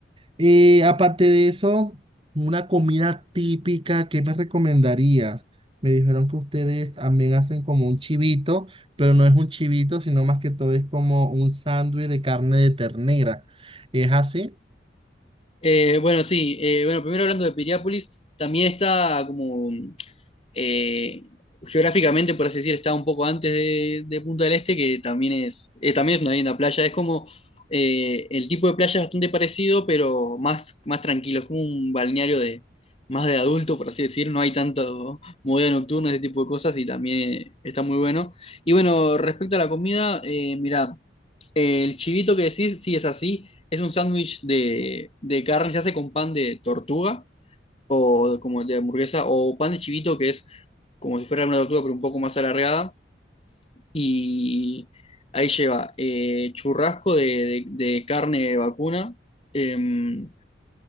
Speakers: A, on the right; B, on the left.
A: Eh, aparte de eso, una comida típica, ¿qué me recomendarías? Me dijeron que ustedes también hacen como un chivito, pero no es un chivito, sino más que todo es como un sándwich de carne de ternera. ¿Es así?
B: Eh, bueno, sí, eh, bueno, primero hablando de Piriápolis, también está como eh, geográficamente, por así decir, está un poco antes de, de Punta del Este, que también es, eh, también es una linda playa. Es como eh, el tipo de playa es bastante parecido, pero más, más tranquilo, es como un balneario de más de adulto, por así decir, no hay tanto movida nocturna, ese tipo de cosas, y también está muy bueno. Y bueno, respecto a la comida, eh, mira, el chivito que decís, sí es así, es un sándwich de, de carne, se hace con pan de tortuga o como de hamburguesa o pan de chivito que es como si fuera una tortuga pero un poco más alargada y ahí lleva eh, churrasco de, de- de carne de vacuna. Eh, en